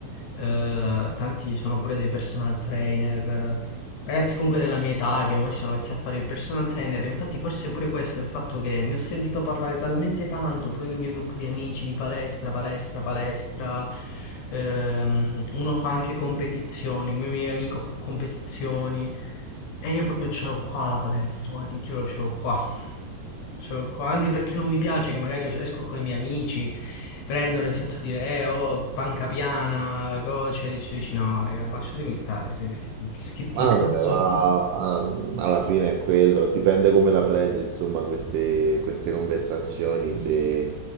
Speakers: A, on the left; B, on the right.
A: eh, tanti sono pure dei personal trainer, ragazzi comunque della mia età che ormai si sono messi a fare il personal trainer, infatti forse pure questo è il fatto che ne ho sentito parlare talmente tanto, pure nel mio gruppo di amici di palestra, palestra, palestra, ehm, uno fa anche competizioni, il mio migliore amico fa competizioni e io proprio ce l'ho qua la palestra, guarda, ti giuro ce l'ho qua. Cioè, co- anche perché non mi piace che magari us- esco con i miei amici, prendono e si mettono a dire, eh, oh, panca piana, co- cioè, dici, dici, no, raga, ma lasciatemi stare, perché che, che discorso
B: Ma vabbè, ma
A: è?
B: ah, alla fine è quello, dipende come la prendi, insomma, queste, queste conversazioni, se